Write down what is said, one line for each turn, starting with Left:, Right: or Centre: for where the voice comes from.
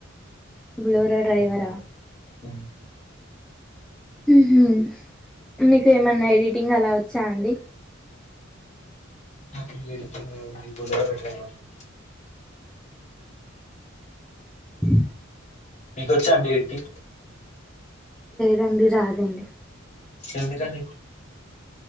Centre: బులోరా డ్రైవరా
Left: పోను
Centre: ఉహు మీకు ఏమన్నా ఎడిటింగ్ అలా వచ్చా అండి
Left: నాకు ఈ ఎడిటింగ్ రావండి బులోరా డ్రైవర్ని
Centre: ఈ
Left: మీకొచ్చా అండి ఏడిటింగ్
Centre: రండి రాదండి
Left: ఎందుకండి